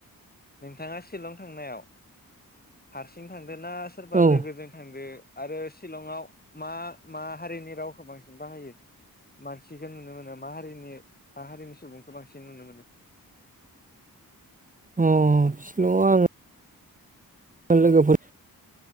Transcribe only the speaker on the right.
औ
अ सिलंआव' आं <unintelligible> लोगोफोर